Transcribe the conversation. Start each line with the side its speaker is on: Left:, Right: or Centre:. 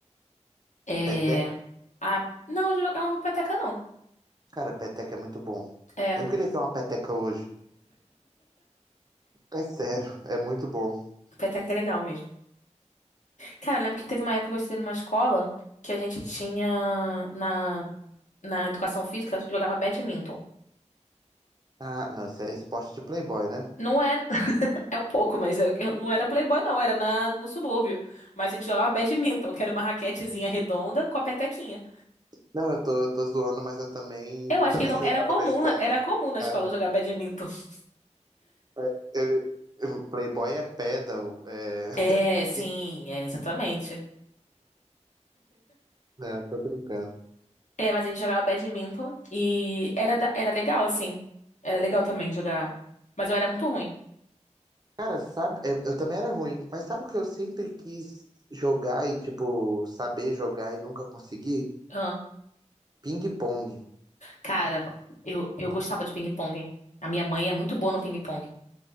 Left: É.
Right: peteca?
Left: Ah, não, eu jogava muito peteca, não.
Right: Cara, peteca é muito bom.
Left: É,
Right: Eu queria ter uma peteca hoje. É sério, é muito bom.
Left: peteca é legal mesmo. Cara, eu lembro que teve uma época que eu estudei numa escola que a gente tinha na, na educação física, jogava badminton.
Right: Ah, não, isso é esporte de playboy, né?
Left: Não é, <laughs> é um pouco, mas eu, eu não era playboy, não, era na, no subúrbio. Mas a gente jogava badminton, que era uma raquetezinha redonda com a petequinha.
Right: Não, eu tô, eu tô zoando, mas eu também,
Left: Eu acho
Right: também
Left: que não,
Right: jogava
Left: era comum,
Right: na escola.
Left: na- era comum na escola
Right: É,
Left: jogar badminton. <laughs>
Right: é, eu- eu- playboy é pedal, é... <laughs>
Left: É, sim, é, exatamente.
Right: Não, tô brincando.
Left: É, mas a gente jogava badminton e era, da- era legal, assim. Era legal também jogar. Mas eu era muito ruim.
Right: Cara, sabe, eu, eu também era ruim, mas sabe o que eu sempre quis jogar e, tipo, saber jogar e nunca consegui?
Left: Ah,
Right: Ping-pong.
Left: cara, eu, eu gostava de ping-pong, hein? A minha mãe é muito boa no ping-pong.